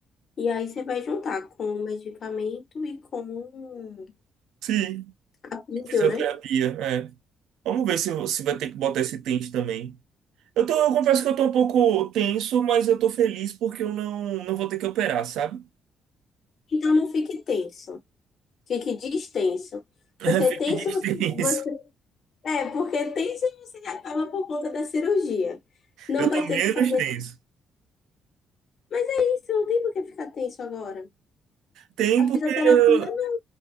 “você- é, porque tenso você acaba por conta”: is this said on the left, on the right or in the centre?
Left